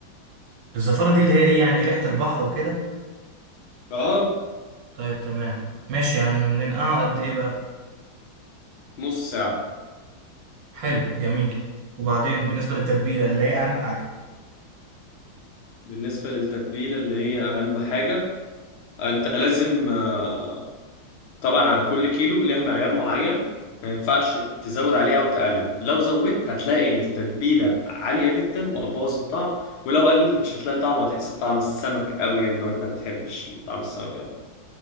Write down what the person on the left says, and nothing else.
اه
نص ساعه
بالنسبه للتتبيله اللي هي اهم حاجه آه، انت لازم آه طبعا على كل كيلو ليها معيار معين ما ينفعش تزود عليه او تقلل لو زودت هتلاقي التتبيله عاليه جدا وهتبوظ الطعم ولو قللت مش هتلاقي طعم وهتحس بطعم السمك قوي يعني لو انت ما بتحبش طعم السمك قوي